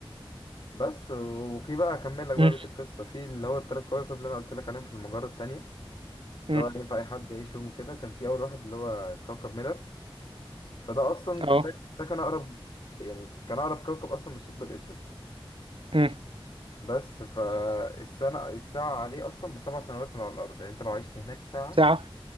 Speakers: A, on the left (about 55°); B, on the right (about 65°).
A: بس وفي بقى اكمل لك بقى
B: امم
A: بيت القصه في اللي هو التلات كواكب اللي انا قلت لك عليهم في المجره التانيه
B: امم
A: اللي هو ينفع اي حد يعيش فيهم كده كان في اول واحد اللي هو كوكب ميلر فده اصلا
B: اه
A: ده ده كان اقرب يعني كان اقرب كوكب اصلا من الثقب الاسود
B: امم
A: بس فالسنة الساعة عليه أصلا بسبع سنوات من على الأرض يعني أنت لو عشت هناك ساعة
B: ساعة